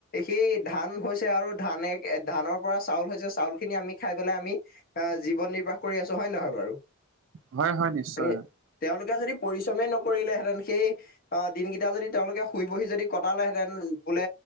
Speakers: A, on the left (about 40°); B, on the right (about 60°).
A: সেই ধান হৈছে আৰু ধানে ধানৰ পৰা চাউল হৈছে চাউল খিনি আমি খাই পেলাই আমি, এ জীৱন নিৰ্বাহ কৰি আছো হয় নে নহয় বাৰু
B: হয় হয় নিশ্চয়।
A: এ- তেওঁলোকে যদি পৰিশ্ৰমেই নকৰিলেহেঁতেন সেই, অ দিনকেইটা যদি তেওঁলোকে শুই বহি যদি কটালেহেঁতেন বোলে